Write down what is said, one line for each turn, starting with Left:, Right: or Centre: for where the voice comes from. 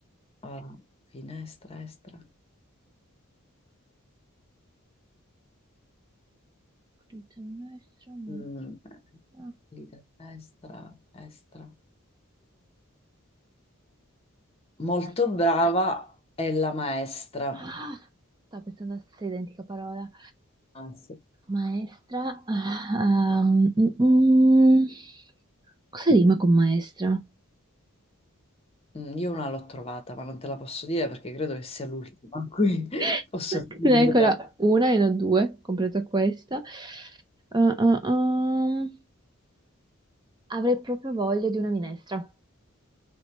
Left: ora, finestra, estra,
Right: Clito nostro, ma-
Left: mm,
Right: ah,
Left: vita, destra, estra. Molto
Right: Next.
Left: brava è la maestra.
Right: ah, stavo pensando alla stessa identica parola.
Left: Anzi,
Right: Maestra. ah, um, mm, mm. cosa rima con maestra?
Left: mm, io una l'ho trovata, ma non te la posso dire perché credo che sia l'ultima, qui <laughs>
Right: <laughs>
Left: posso fingere.
Right: Ne è ancora una e non due, compresa questa. Ah, ah, ah. Avrei proprio voglia di una minestra.